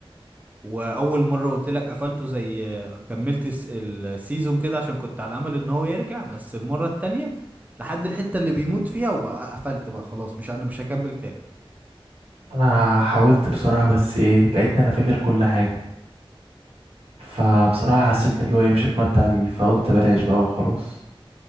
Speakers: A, on the right; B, on the right.
A: واول مره قلت لك قفلته زي آه، كملت الس- السيزون كده عشان كنت على امل ان هو يرجع بس المره التانية لحد الحته اللي بيموت فيها وقفلت بقى خلاص مش انا مش هكمل تاني
B: أنا حاولت بصراحة بس ايه لقيتني أنا فاكر كل حاجة فبصراحة حسيت إن اللي هو ايه مش هتمتع بيه فقلت بلاش بقى وخلاص